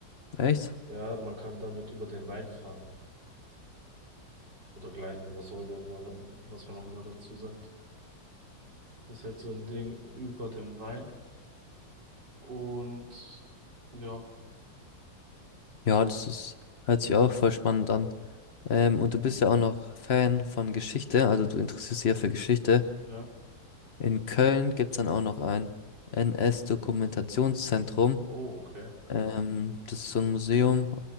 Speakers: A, on the left; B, on the right.
A: Echt?
B: Ja, man kann damit über den Rhein fahren oder gleiten, was auch immer, man- was man auch immer dazu sagt. Ist halt so ein Ding über dem Rhein. Und ja,
A: Ja, das ist, hört sich auch voll spannend an. Ähm, und du bist ja auch noch Fan von Geschichte, also du interessierst dich ja für Geschichte.
B: Ja.
A: In Köln gibt's dann auch noch ein NS-Dokumentationszentrum.
B: Oh, okay.
A: Ähm, das ist so ein Museum.